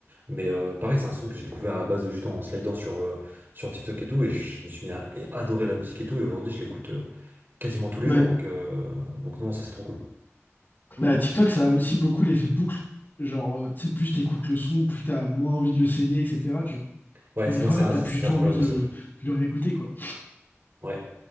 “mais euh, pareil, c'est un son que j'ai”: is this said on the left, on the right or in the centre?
Right